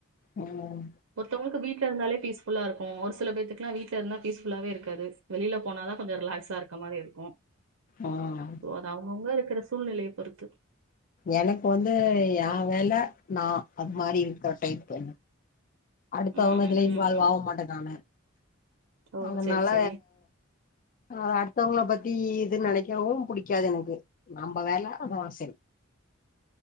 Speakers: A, on the left (about 40°); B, on the right (about 75°).
A: உம்
B: ஒருத்தவங்களுக்கு வீட்ல இருந்தாலே பீஸ்ஃபுல்லா இருக்கு ஒரு சில பேத்துக்குலா வீட்ல இருந்தா பீஸ்ஃபுல்லாவே இருக்காது வெளில போனாதா கொஞ்சோ ரிலாக்ஸா இருக்க மாரி இருக்கு
A: ஆஹ்
B: அ அவுங்கவுங்க இருக்கிற சூழ்நிலைய பொறுத்து
A: எனக்கு வந்து ஏ வேல நா அது மாரி இருக்குற டைப்பு அடுத்தவங்க
B: ம்
A: இதுல
B: ம்
A: இன்வால்வ்
B: ம் ம்
A: ஆவ மாட்டே நானு
B: ஓ
A: அதுனால
B: செரி செரி
A: அது அடுத்தவங்கள பத்தி இது நெனைக்கவு புடிக்காது எனக்கு நம்ப வேல அதோட செரி